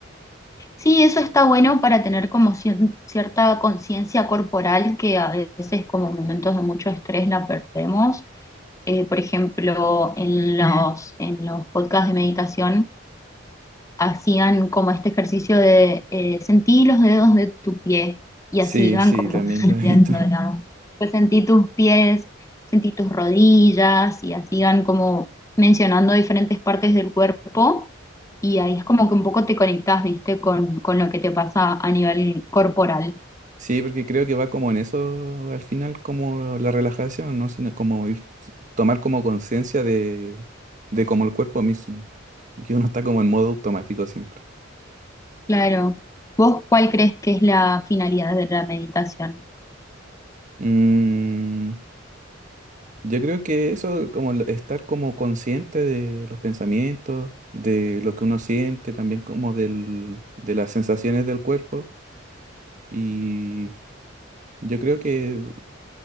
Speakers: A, on the left; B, on the right.
A: Sí, eso está bueno para tener como cien- cierta conciencia corporal que a veces como en momentos de mucho estrés la perdemos. eh, por ejemplo, en los, en los podcasts de meditación hacían como este ejercicio de eh, sentí los dedos de tu pie y
B: Sí,
A: así iban
B: sí,
A: como
B: también
A: sintiendo,
B: lo he visto. <laughs>
A: <laughs> digamos. Pues sentí tus pies, sentí tus rodillas y así iban como mencionando diferentes partes del cuerpo y ahí es como que un poco te conectás, viste, con, con lo que te pasa a nivel corporal.
B: Sí, porque creo que va como en eso al final, como la relajación, ¿no? Sino Como ir, tomar como conciencia de, de como el cuerpo mismo, que uno está como en modo automático siempre.
A: Claro. ¿Vos cuál crees que es la finalidad de la meditación?
B: Mm, Yo creo que eso, como el estar como consciente de los pensamientos, de lo que uno siente, también como del, de las sensaciones del cuerpo. Y yo creo que